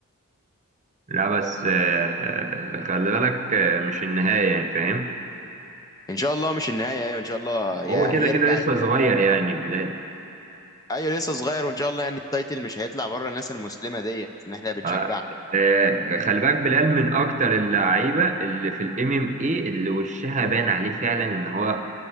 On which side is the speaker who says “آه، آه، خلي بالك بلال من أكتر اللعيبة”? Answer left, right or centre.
Right